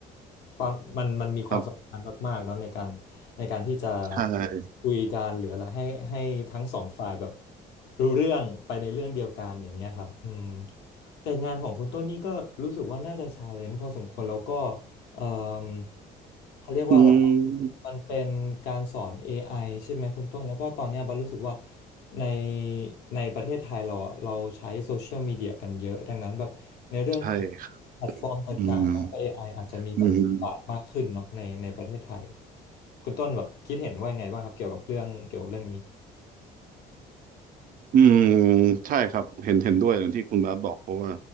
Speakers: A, on the left; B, on the right.
A: ความมันมันมีความสำคัญมากๆเนาะในการในการที่จะ
B: ครับใช่
A: คุยกันหรืออะไรให้ให้ทั้งสองฝ่ายแบบรู้เรื่องไปในเรื่องเดียวกันอย่างเงี้ยครับอืม แต่งานของคุณต้นนี่ก็รู้สึกว่าน่าจะชาเลนจ์พอสมควรแล้วก็เอ่มเขาเรียกว่าอะไรอะ
B: อืม
A: มันเป็นการสอน AI ใช่ไหมคุณต้นแล้วก็ตอนเนี้ยบันรู้สึกว่าในในประเทศไทยเราอะเราใช้โซเชียลมีเดียกันเยอะดังนั้นแบบในเรื่องของ
B: ใช่ครับ
A: แพลตฟอร์มต่างๆแล้วก็
B: อืม
A: AI อไออาจจะมีแบบบทบาทมากขึ้นเนาะในในประเทศไทย
B: อืม
A: คุณต้นแบบคิดเห็นว่ายังไงบ้างครับเกี่ยวกับเรื่องเกี่ยวกับเรื่องนี้
B: อืมใช่ครับเห็นเห็นด้วยอย่างที่คุณบาสบอกเพราะว่า